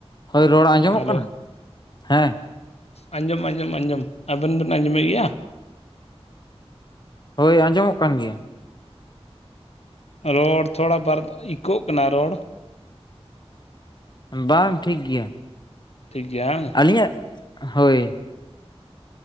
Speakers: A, on the left; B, on the left.
A: ᱦᱳᱭ ᱨᱚᱲ ᱟᱸᱡᱚᱢᱚᱜ
B: ᱦᱮᱞᱳ
A: ᱠᱟᱱᱟ ᱦᱮᱸ,
B: ᱟᱸᱡᱚᱢ ᱟᱸᱚᱢ ᱟᱸᱡᱚᱢ ᱟᱵᱮᱱ ᱵᱮᱱ ᱟᱸᱡᱚᱢᱮᱫ ᱜᱮᱭᱟ?
A: ᱦᱳᱭ ᱟᱸᱡᱚᱢᱚᱜ ᱠᱟᱱ ᱜᱮᱭᱟ,
B: ᱨᱚᱲ ᱛᱷᱚᱲᱟ ᱵᱟᱨ ᱫᱷᱟ ᱤᱠᱳᱜ ᱠᱟᱱᱟ ᱨᱚᱲ,
A: ᱵᱟᱝ ᱴᱷᱤᱠ ᱜᱮᱭᱟ,
B: ᱴᱷᱤᱠ ᱜᱮᱭᱟ ᱦᱟᱝ,
A: ᱟᱹᱞᱤᱧᱟᱜ ᱦᱳᱭ,